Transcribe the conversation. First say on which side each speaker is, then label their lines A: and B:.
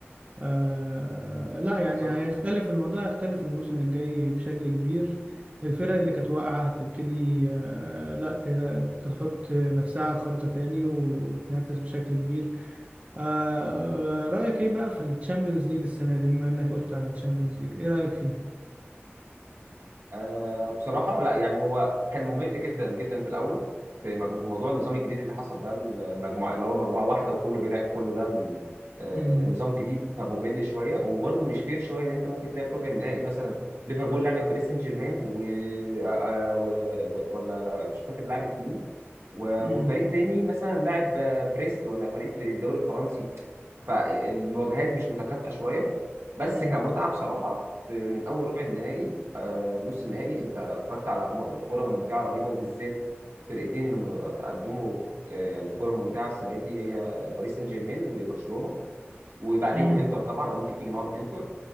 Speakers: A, on the right; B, on the right.
A: آه لا
B: بالظبط
A: يعني هيختلف الموضوع هيختلف الموسم الجاي بشكل كبير الفرق اللي كانت واقعة هتبتدي آه لا تر- تحط نفسها على خريطة تاني وتنافس بشكل كبير آه آه، رأيك ايه بقى في الشامبيونز ليج السنة دي بما انك قلت على الشامبيونز ليج ايه رأيك فيه؟
B: آه بصراحة لا يعني هو كان ممل جدا جدا في الأول في مج- موضوع النظام الجديد اللي حصل ده المجموعة اللي هو مجموعة واحدة وكله بيلعب كله ده من آه
A: مم.
B: النظام جديد فممل شوية وبرده مش فير شوية إن أنت ممكن تلاقي في ربع النهائي مثلا ليفربول لعبت باريس سان جيرمان و... آه آه، و... و- ولا مش فاكر لعبت مين و...
A: مم.
B: وفريق تاني مثلا لاعب آه، بريست ولا فريق في الدوري الفرنسي فالمواجهات مش متكافئة شوية بس
A: مم.
B: كمتعة بصراحة في- من اول ربع النهائي آه، نص النهائي انت اتفرجت على م- كره ممتعه رهيبه وبالذات فرقتين اللي م- قدموا آه، يعني كره ممتعه السنه دي هي آه، باريس سان جيرمان وبرشلونه وبعديهم
A: مم.
B: انتر طبعا او ممكن تيجي معاهم انتر